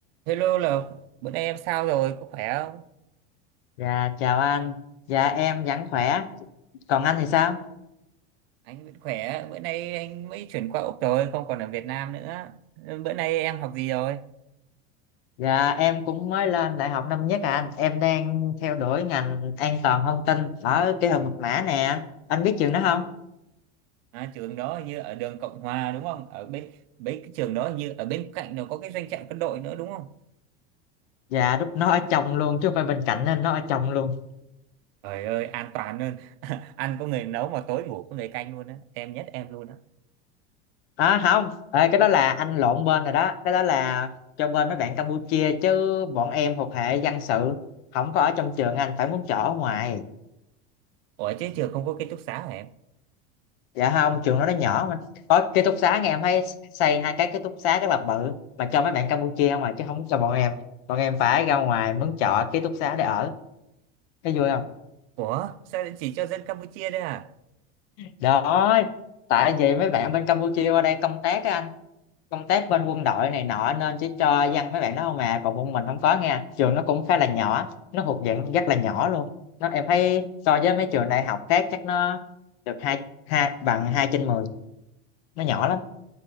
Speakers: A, on the right (about 65°); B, on the left (about 70°).
A: Hello Lộc, bữa nay em sao rồi, có khỏe không?
B: Dạ chào anh, dạ em vẫn khỏe, còn anh thì sao?
A: Anh vẫn khỏe, bữa nay anh mới chuyển qua Úc rồi, không còn ở Việt Nam nữa. Bữa nay em học gì rồi?
B: Dạ em cũng mới lên đại học năm nhất à anh, em đang theo đuổi ngành an toàn thông tin ở kỹ thuật mật mã nè, anh biết trường đó không?
A: À, trường đó hình như ở đường Cộng Hòa đúng không? Ở bên bên cái trường đó hình như ở bên cạnh nó có cái doanh trại quân đội nữa đúng không?
B: Dạ lúc nó ở chồng luôn chứ không phải bên cạnh nên nó ở chồng luôn.
A: Trời ơi, an toàn hơn. <laughs> Ăn có người nấu mà tối ngủ có người canh luôn á. Em nhất em luôn á.
B: À không, Ê, cái đó là anh lộn bên rồi đó, cái đó là cho bên mấy bạn Campuchia chứ bọn em thuộc hệ dân sự, không có ở trong trường anh, phải muốn chỗ ở ngoài.
A: Ủa chứ trường không có ký túc xá hả em?
B: dạ không trường đó nó nhỏ mà có ký túc xá nghe em thấy xây hai cái ký túc xá rất là bự mà cho mấy bạn Campuchia không mà chứ không cho bọn em bọn em phải ra ngoài mướn trọ ký túc xá để ở thấy vui không
A: Ủa, sao lại chỉ cho dân Campuchia đấy à?
B: đó tại vì mấy bạn bên Campuchia qua đây công tác á anh công tác bên quân đội này nọ nên chỉ cho dân mấy bạn đó không à còn bọn mình không có nha trường nó cũng khá là nhỏ nó thuộc dạng rất là nhỏ luôn nó em thấy so với mấy trường đại học khác chắc nó được hai hai bằng hai trên mười nó nhỏ lắm